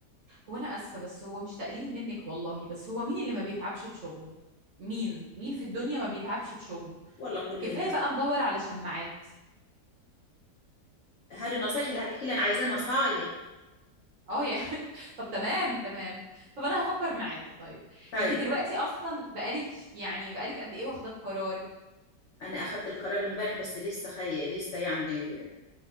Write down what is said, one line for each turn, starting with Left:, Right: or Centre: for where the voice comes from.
Right: هو انا اسفه بس هو مش تقليل منك والله بس هو مين اللي ما بيتعبش بشغله مين مين في الدنيا ما بيتعبش بشغله
Left: والله كل
Right: كفايه
Left: الناس
Right: بقى ندور على شماعات
Left: هذه النصيحة اللي هتحكي لي انا عايزاه نصايح
Right: اه يا <laughs> طب تمام تمام طب انا هفكر معاكي طيب
Left: طيب
Right: انت دلوقتي اصلا بقالك يعني بقالك قد ايه واخده القرار
Left: انا اخدت القرار امبارح بس لسه خي... لسه يعني